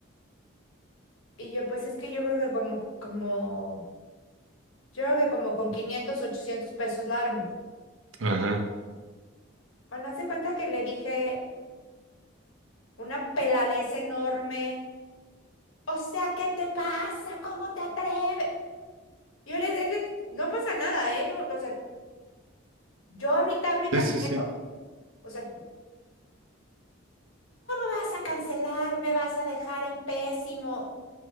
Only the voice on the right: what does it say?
ajá,
sí, sí, sí.